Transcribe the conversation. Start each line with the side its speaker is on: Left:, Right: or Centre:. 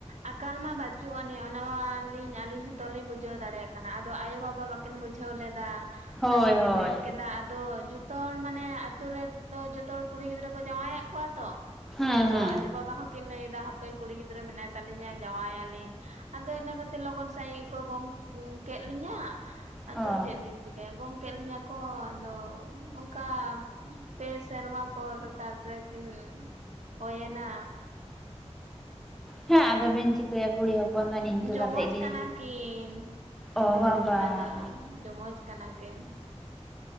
Right: ᱟᱠᱟᱞ ᱢᱟ ᱵᱟᱹᱪᱩᱜ ᱟᱹᱱᱤᱡ ᱚᱱᱟᱢᱟ ᱟᱹᱞᱤᱧ ᱦᱚᱸᱛᱚ ᱞᱤᱧ ᱵᱩᱡᱷᱟᱹᱣ ᱫᱟᱲᱮᱭᱟᱜ ᱠᱟᱱᱟ ᱟᱫᱚ ᱟᱭᱳᱼᱵᱟᱵᱟ ᱵᱟ ᱵᱟᱠᱤᱱ ᱵᱩᱡᱷᱟᱹᱣ ᱞᱮᱫᱟ
Centre: ᱦᱳᱭ
Right: ᱟᱫᱚ ᱠᱤᱱ
Centre: ᱦᱳᱭ
Right: ᱢᱮᱱ ᱠᱮᱫᱟ ᱟᱫᱚ ᱡᱷᱚᱛ ᱡᱚᱛᱚ ᱦᱚᱲ ᱢᱟᱱᱮ ᱟᱛᱳ ᱨᱮᱫᱚ ᱡᱚᱛᱚ ᱦᱚᱲ ᱠᱩᱲᱤ ᱜᱤᱫᱽᱨᱟᱹ ᱠᱚ ᱡᱟᱶᱟᱭᱮᱫ ᱠᱚᱣᱟ ᱛᱚ᱾
Centre: ᱦᱮᱸ
Right: ᱟᱫᱚ
Centre: ᱦᱮᱸ
Right: ᱟᱭᱳᱼᱵᱟᱵᱟ ᱦᱚᱸᱠᱤᱱ ᱞᱟᱹᱭᱫᱟ ᱦᱟᱯᱮ ᱠᱩᱲᱤ ᱜᱤᱫᱽᱨᱟᱹ ᱢᱮᱱᱟᱭ ᱛᱟᱞᱤᱧᱟ ᱡᱟᱶᱟᱭᱟᱞᱤᱧ᱾ ᱟᱫᱚ ᱤᱱᱟᱹ ᱠᱷᱟᱛᱤᱨ ᱞᱚᱜᱚᱱ ᱥᱟᱺᱦᱤᱡ ᱜᱮᱠᱚ ᱜᱚᱝ ᱠᱮᱫ ᱞᱤᱧᱟᱹ ᱟᱫᱚ
Centre: ᱚ
Right: ᱪᱮᱫ ᱞᱤᱧ ᱪᱤᱠᱟᱭ? ᱜᱚᱝ ᱠᱮᱫ ᱞᱤᱧᱟᱹ ᱠᱚ ᱟᱫᱚ ᱚᱱᱠᱟ ᱯᱮ ᱥᱮᱨᱢᱟ ᱯᱚᱨ ᱛᱟᱨᱯᱚᱨᱮ ᱠᱤᱱ ᱦᱳᱭᱮᱱᱟ
Centre: ᱦᱮᱸ ᱟᱫᱚ ᱵᱮᱱ ᱪᱤᱠᱟᱹᱭᱟ᱾ ᱠᱩᱲᱤ ᱦᱚᱯᱚᱱ ᱫᱚ ᱱᱤᱝᱠᱟᱹ
Right: ᱡᱚᱢᱚᱡ
Centre: ᱠᱟᱛᱮᱫ ᱜᱮ
Right: ᱠᱟᱱᱟ ᱠᱤᱱ ᱤᱧ
Centre: ᱚ
Right: ᱨᱮᱱ
Centre: ᱵᱟᱵᱟ
Right: ᱜᱤᱫᱽᱨᱟᱹ ᱫᱚ ᱡᱚᱢᱚᱡ ᱠᱟᱱᱟ ᱠᱤᱱ᱾